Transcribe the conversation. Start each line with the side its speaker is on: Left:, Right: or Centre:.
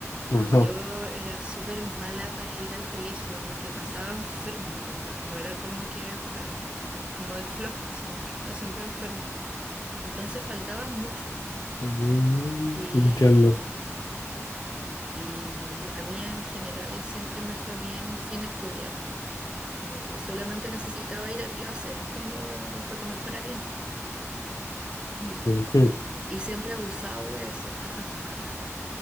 Left: ajá.
Right: Y yo era súper mala para ir al colegio porque pasaba enferma, en verdad. No era como que fuera como de floja, sino que estaba siempre enferma. Entonces faltaba mucho.
Left: Mm,
Right: Y,
Left: entiendo.
Right: mm, y a mí en general siempre me fue bien sin estudiar. Como que solamente necesitaba ir a clases como para que me fuera bien. Mm.
Left: Ujú.
Right: Y siempre he abusado de eso. <laughs>